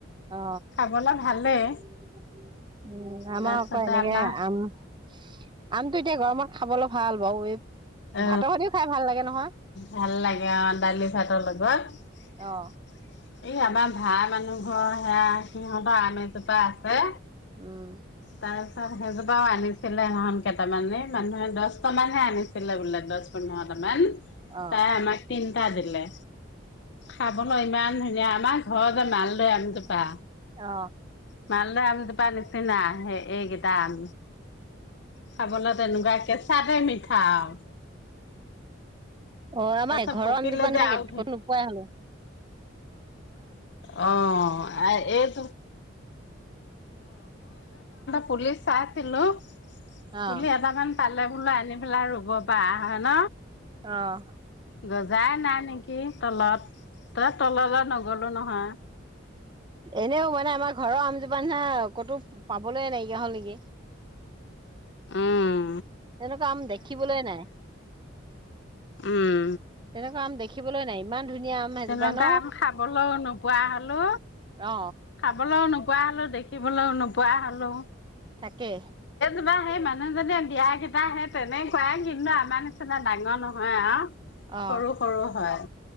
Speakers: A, on the right; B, on the left.
A: অ,
B: খাবলৈ ভালেই
A: উম‌, আমাৰ
B: তাৰপিছতে
A: আকৌ এনেকে
B: আমাৰ
A: আম আমটো এতিয়া গৰমত খাবলৈ ভাল বাৰু, এই
B: অ
A: ভাতৰ সৈতেও খাই ভাল লাগে নহয়
B: ভাল লাগে, অ ডালি চাটৰ লগত।
A: অ
B: এই আমাৰ ভাড়া মানুহ ঘৰ সেয়া সিহঁতৰ আম এজোপা আছে।
A: উম।
B: তাৰপিছত সেইজোপাও আনিছিলে সেইদিনাখন কেইটামানে, মানুহে দহটামানহে আনিছিলে বোলে দহ পোন্ধৰটামান।
A: অ
B: তাই আমাতকৈ এটা দিলে, খাবলৈ ইমান ধুনীয়া, আমাৰ ঘৰ যে মালদৈ আমজোপা।
A: অ
B: মাল দে আম জোপা নিচিনা সে এইকেইটা আম খাবলৈ তেনেকুৱা কেঁচাতে মিঠা আৰু
A: অঁ আমাৰ
B: তাৰপিছত
A: ঘৰৰ
B: পকিলে
A: আমজোপা নি
B: যে
A: থাকে
B: আৰু
A: কতো নোপোৱা হলেো
B: অঁ এইটো পুলিচাক হেল্ল পুলি
A: অ
B: এটামান কাইলে বুলা আনি পেলাই ৰুব পা অহা ন
A: অঁ
B: গজাই নাই নেকি তলত তললৈ নগলো নহয়
A: এনেও মানে আমাৰ ঘৰৰ আমজোপা নিচিনা ক'তো পাবলৈ নাইকিয়া হ'ল নেকি
B: উম
A: তেনেকুৱা আম দেখিবলৈ নাই
B: উম
A: তেনেকুৱা আম দেখিবলৈ নাই ইমান ধুনীয়া আম সেইজোপা
B: তেনেকুৱা
A: ন
B: আম খাবলৈওঁ নোপোৱা হলো
A: অ
B: খাবলৈওঁ নোপোৱা পোৱা হলো দেখিবলৈও নোপোৱা হলো
A: তাকে
B: কিবা সেই মানুহজননে দিয়া কেইটা সে তেনেকুৱাই কিন্তু আমাৰ নিচিনা ডাঙৰ নহয় আৰু
A: অ
B: সৰু সৰু হয়